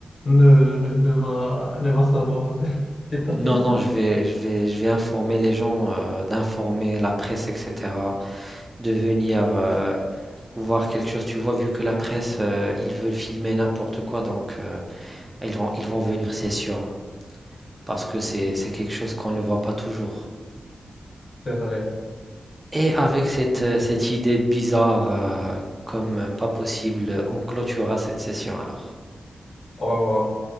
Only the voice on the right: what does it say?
Non,
non, je vais, je vais, je vais informer les gens, euh, d'informer la presse, etc., de venir euh, voir quelque chose. Tu vois, vu que la presse, euh, ils veulent filmer n'importe quoi, donc euh, ils vont, ils vont venir, c'est sûr, hein, parce que c'est, c'est quelque chose qu'on ne voit pas toujours.
Et avec cette, euh, cette idée bizarre, euh, comme euh, pas possible, on clôturera cette session alors.